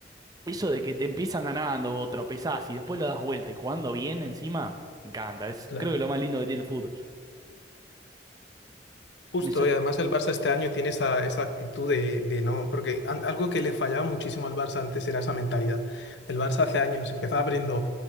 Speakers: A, on the right (about 20°); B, on the left (about 75°).
A: eso de que te empiezan ganando o tropezás y después lo das vuelta y jugando bien encima, me encanta. Es
B: Claro.
A: creo que lo más lindo que tiene el fútbol.
B: Justo,
A: Me sor-
B: y además el Barça este año tiene esa, esa actitud de, de no, porque an- algo que le fallaba muchísimo al Barça antes era esa mentalidad. El Barça hace años empezaba perdiendo